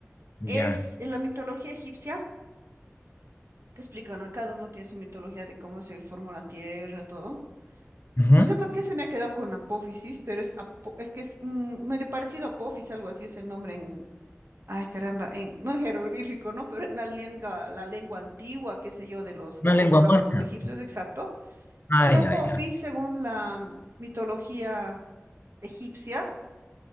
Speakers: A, on the left; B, on the right.
A: Ya.
B: Es en la mitología egipcia, que explican, ¿no? Cada uno tiene su mitología de cómo se formó la Tierra, todo. pues,
A: Ujú.
B: No sé por qué se me ha quedado con apófisis, pero es, apo- es que es mm, medio parecido a apófis, algo así es el nombre en, ay caramba, en, <laughs> no en jeroglífico, ¿no? Pero en la lengua, la lengua antigua, qué sé yo, de los,
A: Una
B: lo
A: lengua
B: que hablaban
A: muerta.
B: los egipcios, exacto.
A: Ah,
B: El
A: ya,
B: apófis,
A: ya.
B: según la mm, mitología egipcia,